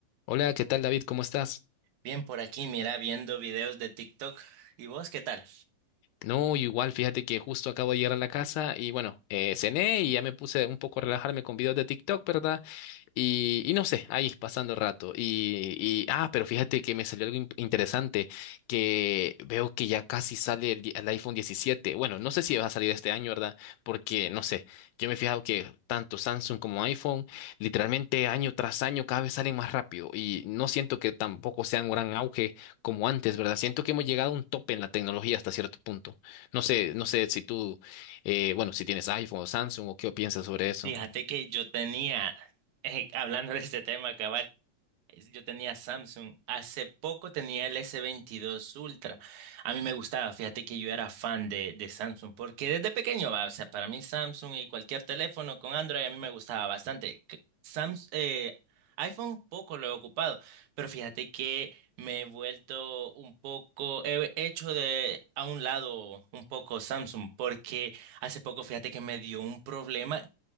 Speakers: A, on the left; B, on the right.
A: Hola, ¿qué tal David? ¿Cómo estás?
B: Bien por aquí, mira, viendo videos de TikTok. ¿Y vos qué tal?
A: No, igual, fíjate que justo acabo de llegar a la casa y bueno, eh, cené y ya me puse un poco a relajarme con videos de TikTok, ¿verdad? Y, y no sé, ahí pasando el rato. Y, y- ah, pero fíjate que me salió algo in- interesante, que veo que ya casi sale el, di- el iPhone 17. Bueno, no sé si va a salir este año, ¿verdad? Porque, no sé, yo me he fijado que tanto Samsung como iPhone, literalmente año tras año cada vez salen más rápido. Y no siento que tampoco sea un gran auge como antes, ¿verdad? Siento que hemos llegado a un tope en la tecnología hasta cierto punto. No sé, no sé si tú, eh, bueno, si tienes iPhone o Samsung o qué piensas sobre eso.
B: Fíjate que yo tenía, eh, hablando de este tema, es- Yo tenía Samsung. Hace poco tenía el S22 Ultra. A mí me gustaba, fíjate que yo era fan de, de Samsung, porque desde pequeño, va, o sea, para mí Samsung y cualquier teléfono con Android a mí me gustaba bastante. C- Sams- eh, iPhone poco lo he ocupado, pero fíjate que me he vuelto un poco, he hecho de a un lado un poco Samsung, porque hace poco fíjate que me dio un problema